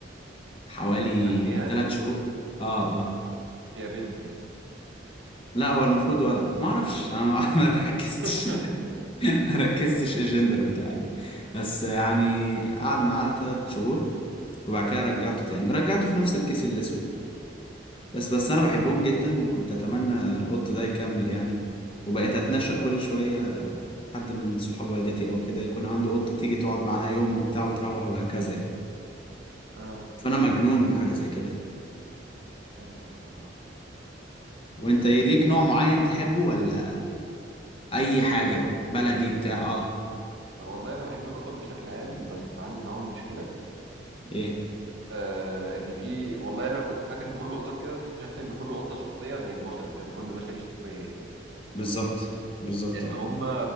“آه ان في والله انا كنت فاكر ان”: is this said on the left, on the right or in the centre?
Right